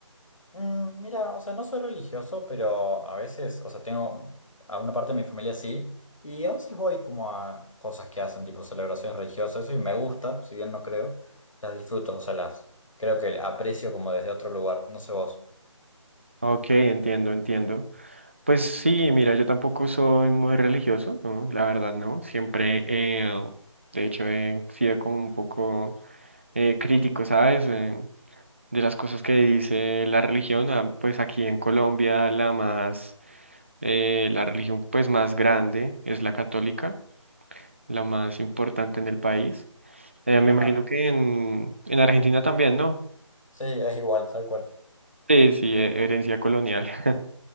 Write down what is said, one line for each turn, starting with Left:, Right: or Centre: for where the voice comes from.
Left: Mm, mira, o sea, no soy religioso, pero a veces, o sea, tengo a una parte de mi familia sí, y a veces voy como a cosas que hacen, tipo celebraciones religiosas, y me gusta, si bien no creo, las disfruto, o sea, las creo que aprecio como desde otro lugar, no sé vos.
Right: Ok, entiendo, entiendo. Pues sí, mira, yo tampoco soy muy religioso, ¿no? La verdad, no. Siempre, eh, de hecho, he sido como un poco eh, crítico, ¿sabes? Eh, de las cosas que dice la religión, ah, pues aquí en Colombia la más, eh, la religión pues más grande es la católica, la más importante en el país. Eh, me
Left: Ajá,
Right: imagino que en, en Argentina también, ¿no?
Left: sí, es igual, tal cual.
Right: Sí, sí, he- herencia colonial, <laughs>